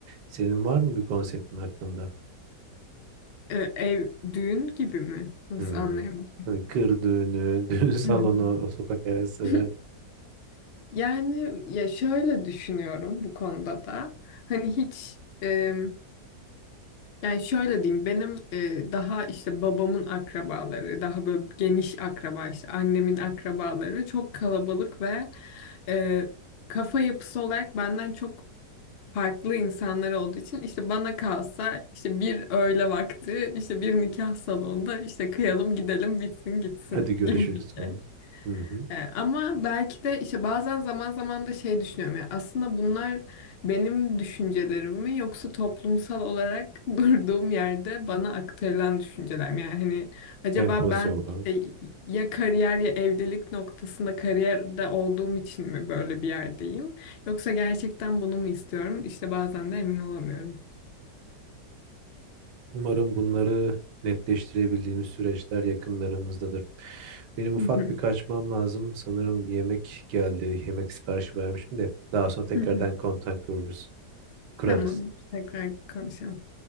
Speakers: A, on the right; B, on the left.
A: Senin var mı bir konseptin hakkında?
B: E, ev düğün gibi mi? Nasıl
A: Hı hı.
B: anlayamadım?
A: Hani kır düğünü, <laughs> düğün salonu,
B: Hı
A: sokak arası,
B: hı. <laughs> Yani ya şöyle düşünüyorum bu konuda da. Hani hiç e, yani şöyle diyeyim benim e, daha işte babamın akrabaları daha böyle geniş akraba işte annemin akrabaları çok kalabalık ve e, kafa yapısı olarak benden çok farklı insanlar olduğu için işte bana kalsa işte bir öğle vakti işte bir nikah salonunda işte kıyalım gidelim bitsin gitsin
A: hadi görüşürüz
B: gibi bir
A: falan.
B: şey.
A: Hı hı.
B: E, Ama belki de işte bazen zaman zaman da şey düşünüyorum ya aslında bunlar benim düşüncelerim mi yoksa toplumsal olarak <laughs> durduğum yerde bana aktarılan düşünceler mi? Yani hani acaba
A: Empoze
B: ben
A: olan.
B: işte ya kariyer ya evlilik noktasında kariyerde olduğum için mi böyle bir yerdeyim? Yoksa gerçekten bunu mu istiyorum? İşte bazen de emin olamıyorum.
A: Umarım bunları netleştirebildiğimiz süreçler yakınlarımızdadır. Benim ufak
B: Hı hı.
A: bir kaçmam lazım. Sanırım yemek geldi. Yemek siparişi vermişim de daha sonra tekrardan
B: Hı hı.
A: kontak kururuz,
B: <laughs>
A: kurarız.
B: Tamam, tekrar konuşalım.